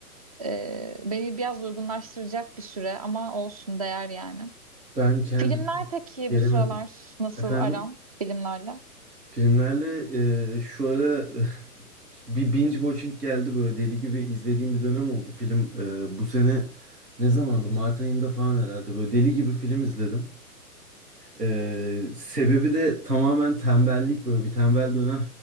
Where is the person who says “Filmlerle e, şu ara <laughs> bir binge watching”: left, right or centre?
Right